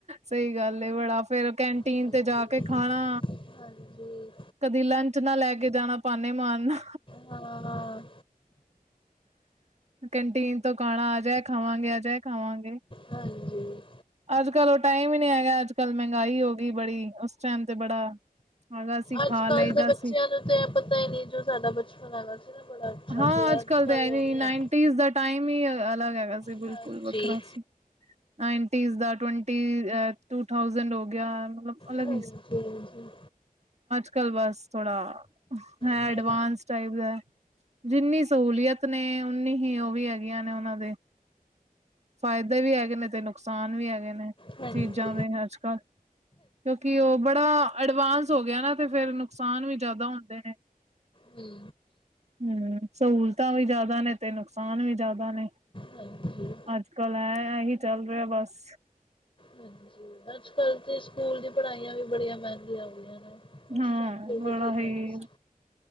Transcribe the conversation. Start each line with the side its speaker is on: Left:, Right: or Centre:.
Right: ਸਹੀ ਗੱਲ ਏ ਬੜਾ ਫੇਰ ਕੈਂਟੀਨ
Left: ਹਾਂਜੀ
Right: ਤੇ ਜਾ ਕੇ ਖਾਣਾ
Left: ਹਾਂਜੀ
Right: ਕਦੀ ਲੰਚ ਨਾ ਲੈ ਕੇ, ਕੇ ਜਾਣਾ ਪਾਨੇ ਮਾਰਨਾ
Left: ਹਾਂ
Right: ਕੈਂਟੀਨ ਤੋਂ ਖਾਣਾ ਅਜਇ ਖਾਵਾਂਗੇ ਅਜੇ ਖਾਵਾਂਗੇ।
Left: ਹਾਂਜੀ
Right: ਅੱਜ ਕੱਲ ਉਹ ਟਾਈਮ ਹੀ ਨਹੀਂ ਹੈਗਾ ਅੱਜ ਕੱਲ ਮਹਿੰਗਾਈ ਹੋ ਗਈ ਬੜੀ ਉਸ ਟਾਈਮ ਤੇ ਬੜਾ ਹੈਗਾ ਸੀ
Left: ਅੱਜ-ਕੱਲ
Right: ਖਾ ਲਈਦਾ
Left: ਦੇ ਬੱਚਿਆਂ
Right: ਸੀ
Left: ਨੂੰ ਤਾਂ ਇਹ ਪਤਾ ਹੀ ਨਹੀ ਜੋ ਸਾਡਾ ਬਚਪਨ ਹੈਗਾ ਸੀ। ਨਾ ਬੜਾ ਅੱਛਾ
Right: ਹਾਂ,
Left: ਸੀ
Right: ਅੱਜ ਕੱਲ
Left: ਕੱਲ੍ਹ
Right: ਤੇ ਐਵੀਂ
Left: ਉਹ ਨਹੀਂ
Right: ਨਾਈਨਟੀਜ਼
Left: ਹੈ
Right: ਦਾ ਟਾਈਮ ਹੀ ਅਲੱਗ ਹੈਗਾ ਸੀ
Left: ਹਾਂਜੀ
Right: ਬਿਲਕੁਲ ਵੱਖਰਾ ਸੀ। ਨਾਇਨ ਟਿਜ ਦਾ ਟਵੱਟੀ ਟੂ ਥਾਉਜੇਟ ਹੋ ਗਿਆ ਮਤਲਬ ਅਲੱਗ
Left: ਹਾਂਜੀ-ਹਾਂਜੀ,
Right: ਅੱਜ ਕੱਲ ਬਸ ਥੋੜਾ ਐ
Left: ਹਾਂ
Right: ਐਡਵਾਂਸ ਟਾਈਪ ਦਾ। ਜਿੰਨੀ ਸਹੂਲੀਅਤ ਨੇ ਉਨੀ ਹੀ ਉਹ ਵੀ ਹੈਗੀਆਂ ਨੇ ਉਹਨਾਂ ਦੇ ਫਾਇਦੇ ਵੀ ਹੈਗੇ ਨੇ ਤੇ ਨੁਕਸਾਨ ਵੀ ਹੈਗੇ ਨੇ
Left: ਹਾਂਜੀ ਹਾਂਜੀ
Right: ਚੀਜ਼ਾਂ ਦੇ ਅੱਜ ਕੱਲ ਕਿਉਂਕਿ ਉਹ ਬੜਾ ਅਡਵਾਂਸ ਹੋ ਗਿਆ ਨਾ ਤੇ ਫੇਰ ਨੁਕਸਾਨ ਵੀ ਜ਼ਿਆਦਾ ਹੁੰਦੇ ਨੇ।
Left: ਹੂੰ,
Right: ਹੂੰ, ਸਹੂਲਤਾਂ ਵੀ ਜ਼ਿਆਦਾ ਨੇ ਤੇ ਨੁਕਸਾਨ ਵੀ ਜ਼ਿਆਦਾ ਨੇ,
Left: ਹਾਂਜੀ ਹਾਂਜੀ
Right: ਅੱਜ-ਕੱਲ ਐ ਐ ਹੀ ਚੱਲ ਰਿਹਾ ਬਸ
Left: ਹਾਂਜੀ, ਅੱਜ ਕੱਲ ਤੇ ਸਕੂਲ ਦੀ ਪੜ੍ਹਾਈਆਂ ਵੀ ਬੜੀਆਂ ਮਹਿੰਗੀਆਂ ਹੋ ਗਈਆਂ ਨੇ। ਉਸ
Right: ਹਾਂ
Left: ਟਾਈਮ ਫਿਰ
Right: ਬੜਾ
Left: ਵੀ ਠੀਕ
Right: ਹੀ
Left: ਹੈਗੇ ਸੀ